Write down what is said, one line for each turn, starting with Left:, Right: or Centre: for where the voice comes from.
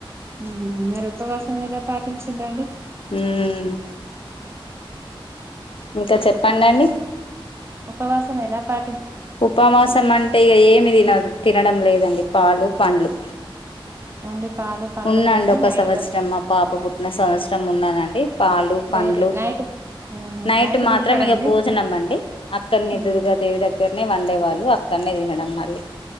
Right: ఊహు మరి ఉపవాసం ఎలా పాటించిడ్లు అండి.
Left: ఊమ్ ఇంకా చెప్పండి అండి
Right: ఉపవాసం ఎలా పా
Left: ఉపవాసం అంటే ఇగ ఏం తినదు తినడం లేదండి పాలు పండ్లు.
Right: ఓన్లీ పాలు పండ్లతోనే
Left: ఉన్నాండి ఒక
Right: నైట్
Left: సంవత్సరం మా పాప పుట్టిన సంవత్సరం ఉన్నానండి. పాలు పండ్లు
Right: డైలీ నైట్ ఉహు
Left: నైట్ మాత్రం
Right: తింటారండి
Left: ఇక భోజనం అండి అక్కడ్నే
Right: ఉమ్
Left: దుర్గాదేవి దగ్గరనే వండేవాళ్ళు ఇగ అక్కడ్నే తినడం మళ్ళీ